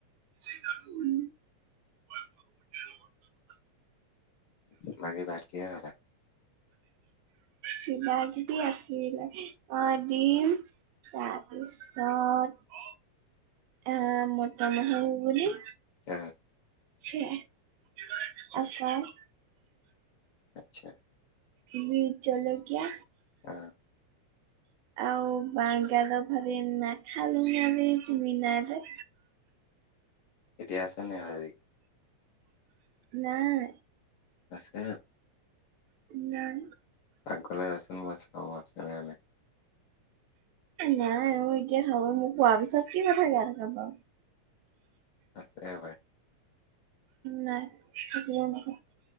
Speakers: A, on the right (about 80°); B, on the left (about 65°).
A: উম'
B: বাকী ভাত কিহেৰে খালা?
A: কিবা যদি আছিল অ দিম তাৰপিছত আহ মতৰ মাহৰ ঘুগুনী
B: অ'
A: সেইয়াই
B: আচ্ছা
A: আচাৰ
B: আচ্ছা
A: বিহ জলকীয়া
B: অঁ'
A: আৰু বাঁহ গাজৰ ভাজি নাখালোঁ আজি তুমি নাই যে
B: এতিয়া আছে নে নাই আৰু ভাজি?
A: নাই
B: আছে
A: নাই
B: পাকঘৰলে যাচোন মই চাওঁ আছে নে নাই
A: নাই অ' এতিয়া খাব মোক খোৱাৰ পিছত কি কথা কৈ থাকা বাৰু
B: আঁছে এবাৰ
A: নাই থাকিলেও নকওঁ